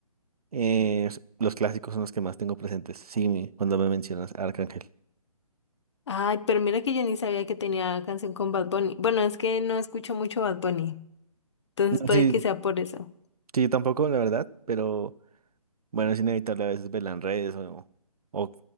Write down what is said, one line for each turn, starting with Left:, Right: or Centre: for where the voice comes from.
Right: eh, s- los clásicos son los que más tengo presentes. Sí, mi- cuando me mencionas a Arcángel.
Left: Ay, pero mira que yo ni sabía que tenía canción con Bad Bunny. Bueno, es que no escucho mucho Bad Bunny, entonces
Right: No,
Left: puede
Right: sí,
Left: que sea por eso.
Right: sí, yo tampoco, la verdad, pero. Bueno, es inevitable a veces verla en redes o, o